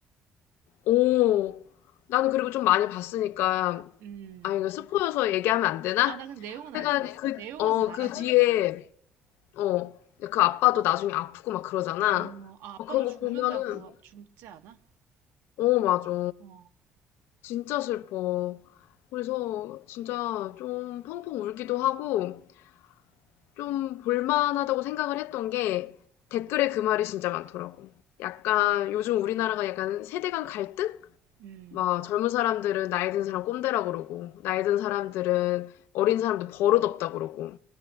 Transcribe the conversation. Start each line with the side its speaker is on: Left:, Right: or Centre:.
Left: 어, 나는 그리고 좀 많이 봤으니까
Right: 음.
Left: 아 이거 스포여서 얘기하면 안 되나?
Right: 아, 나 그 내용은
Left: 하여간
Right: 알고 있어.
Left: 그,
Right: 내용은
Left: 어,
Right: 다
Left: 그
Right: 알아서
Left: 뒤에
Right: 얘기해줘.
Left: 어, 그 아빠도 나중에 아프고 막 그러잖아.
Right: 어, 아, 아빠도
Left: 막 그런
Right: 죽는다고
Left: 거 보면은
Right: 죽지 않아?
Left: 어, 맞아.
Right: 어,
Left: 진짜 슬퍼. 그래서 진짜 좀 펑펑 울기도 하고 좀 볼만하다고 생각을 했던 게 댓글에 그 말이 진짜 많더라고. 약간 요즘 우리나라가 약간 세대 간 갈등?
Right: 음,
Left: 막 젊은 사람들은 나이 든 사람 꼰대라 그러고 나이 든 사람들은 어린 사람들 버릇없다 그러고